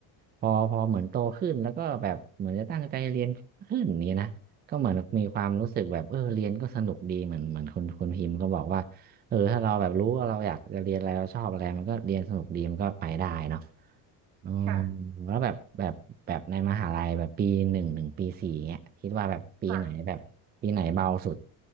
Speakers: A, on the right; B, on the right.
A: พอพอเหมือนโตขึ้นแล้วก็แบบเหมือนจะตั้งใจเรียนขึ้นนี้นะก็เหมือนมีความรู้สึกแบบเออเรียนก็สนุกดีเหมือนเหมือนคุณคุณพิมพ์ก็บอกว่าเออถ้าเราแบบรู้ว่าเราอยากจะเรียนอะไรเราชอบอะไรมันก็เรียนสนุกดีมันก็ไปได้เนาะอืมแล้วแบบแบบแบบในมหาลัยแบบปีหนึ่งถึงปีสี่เงี้ยคิดว่าแบบปีไหนแบบปีไหนเบาสุด
B: ค่ะค่ะ